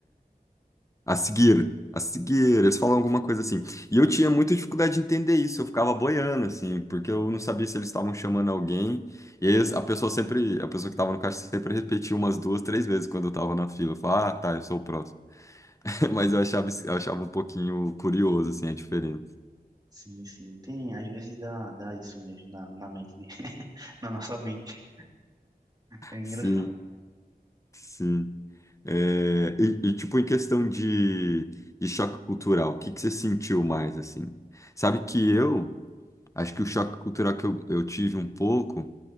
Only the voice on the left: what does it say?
A seguir, a seguir, eles falam alguma coisa assim. E eu tinha muita dificuldade de entender isso, eu ficava boiando, assim, porque eu não sabia se eles estavam chamando alguém. E aí a pessoa sempre, a pessoa que estava no caixa sempre repetia umas duas, três vezes quando eu estava na fila. Eu falava, ah, tá, eu sou o próximo. <laughs> Mas eu achava, isso- eu achava um pouquinho curioso, assim, a diferença.
Sim, sim. É, e, e, tipo, em questão de, de choque cultural, o que que você sentiu mais, assim? Sabe que eu, acho que o choque cultural que eu, eu tive um pouco.